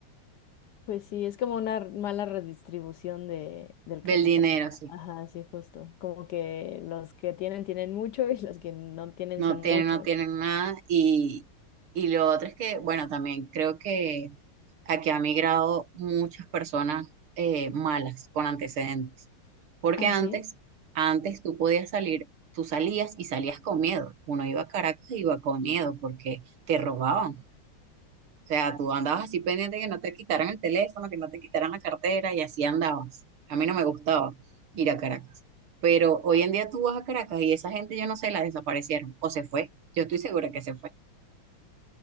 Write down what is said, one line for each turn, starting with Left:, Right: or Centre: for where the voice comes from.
Left: Pues sí, es como una mala redistribución de, del
Right: Del
Left: capital,
Right: dinero,
Left: ¿no?
Right: sí.
Left: Ajá, sí, justo. Como que los que tienen tienen mucho <laughs> y los que no tienen
Right: No
Left: son
Right: tienen,
Left: muchos.
Right: no tienen nada. Y, y lo otro es que, bueno, también creo que aquí ha migrado muchas personas eh, malas con antecedentes. Porque
Left: Ah,
Right: antes,
Left: sí.
Right: antes tú podías salir, tú salías y salías con miedo. Uno iba a Caracas y iba con miedo porque te robaban. O sea, tú andabas así pendiente que no te quitaran el teléfono, que no te quitaran la cartera y así andabas. A mí no me gustaba ir a Caracas. Pero hoy en día tú vas a Caracas y esa gente, yo no sé, la desaparecieron o se fue. Yo estoy segura que se fue.